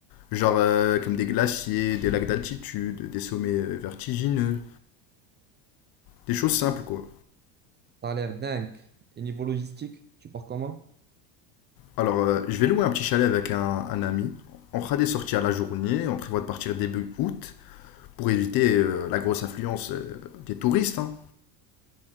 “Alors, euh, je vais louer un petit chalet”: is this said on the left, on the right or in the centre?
Left